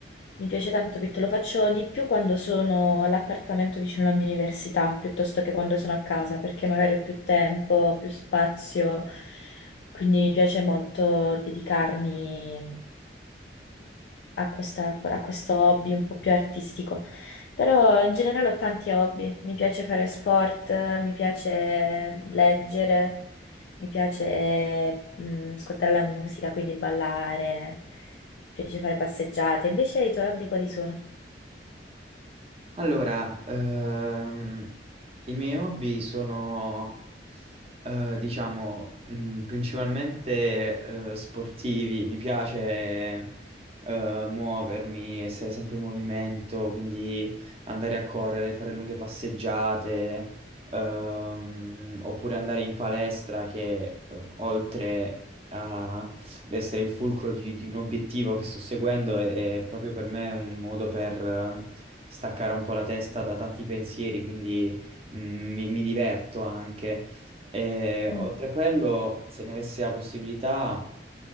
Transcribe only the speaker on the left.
Mi piace tanto pitturare, lo faccio di più quando sono all'appartamento vicino alla mia università, piuttosto che quando sono a casa, perché magari ho più tempo, più spazio, quindi mi piace molto dedicarmi a questa- a questo hobby un po' più artistico. Però in generale ho tanti hobby, mi piace fare sport, mi piace leggere, mi piace mm, ascoltare la musica, quindi ballare, mi piace fare passeggiate. Invece i tuoi hobby quali sono?
Mm.